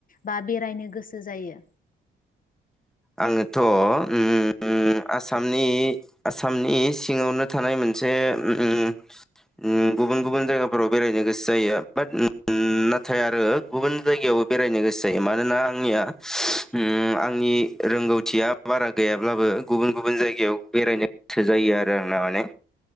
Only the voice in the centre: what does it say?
आङोथ उम आसामनि आसामनि सिङावनो थानाय मोनसे उम उम गुबुन गुबुन जायगाफोराव बेरायनो गोसो जायो बाट उम नाथाय आरो गुबुन जायगायावबो बेरायनो गोसो जायो मानोना आंनिया उम आंनि। रोंगौथिया बारा गैयाब्लाबो गुबुन गुबुन जायगायाव बेरायनो थोजायो आरो आंना माने।